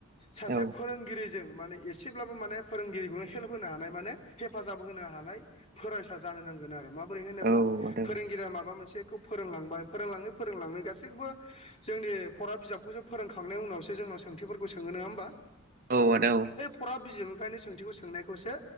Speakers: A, on the left; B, on the right.
A: सासे
B: औ
A: फोरोंगिरि जों माने इसेब्लाबो माने फोरोंगिरिखौनो हेल्प होनो हानाय माने हेफाजाब होनो हानाय फोरायसा जा जानो नांगोन आरो माबोरै होनोब्ला
B: औ आदा औ आदा औ आ
A: फोरोंगिरिया माबा मोनसेखौ फोरोंलांबाय फोरोंलांङै फोरोंलांङै गासै थिगबो जोंनि फरा बिजाबखौसो फोरोंखांनायनि उनावसो जोंनाव सोंथिफोरखौ सोङो नङा होमबा ।
B: औ आदा औ ।
A: फरा बिजोबनिफ्रायनो सोंथिखौ सोंनायखौसो